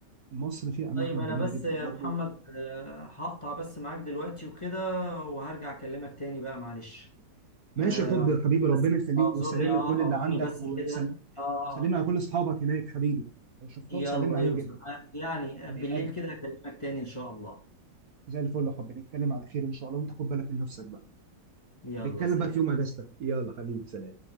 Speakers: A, on the right (about 55°); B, on the left (about 15°).
A: مصر فيها اماكن
B: طيب انا
A: جميله
B: بس
A: جدا
B: يا
A: برضه
B: محمد آه، هقطع بس معاك دلوقتي وكده وهرجع اكلمك تاني بقى معلش
A: ماشي
B: آه،
A: يا حبي يا حبيبي ربنا
B: بس
A: يخليك
B: اعذرني
A: وسلام
B: اه
A: لكل اللي
B: اعذرني
A: عندك
B: بس
A: وسلام
B: كده اه
A: سلمنا على كل اصحابك هناك حبيبي لو شفتهم
B: يلا
A: سلمنا عليهم
B: يوصل
A: جدا
B: آه، يعني
A: حبيب
B: بالليل
A: قلبي
B: كده اكلمك تاني ان شاء الله
A: زي الفل يا حبيبي نتكلم على خير ان شاء الله وانت خد بالك من نفسك بقى
B: يلا
A: نتكلم
B: سلام
A: بقى في يوم اجازتك يلا حبيبي سلام